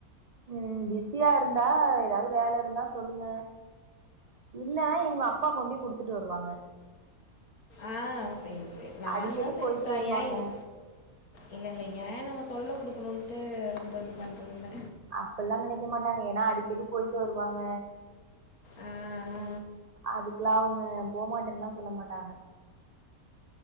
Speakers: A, on the right; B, on the left.
A: ம் பிஸியா இருந்தா ஏதாவது வேல இருந்தா சொல்லுங்க இல்ல இவுங்க அப்பா கொண்டி குடுத்துட்டு வருவாங்க
B: ஆ சேரி சேரி நான்
A: அடிக்கடி
B: தா சேரி
A: போயிட்டு
B: ட்ரையேயிது
A: வருவாங்க.
B: இல்ல இல்ல ஏ நம்ம தொல்ல குடுக்குணுன்ட்டு ரொம்ப இது பண்றதுல்ல
A: அப்பில்லா நெனைக்க மாட்டாங்க ஏன்னா அடிக்கடி போயிட்டு வருவாங்க
B: ஆ, ஆ.
A: அதுக்கிலாவ்ங் ப போமாட்டன்லா சொல்ல மாட்டாங்க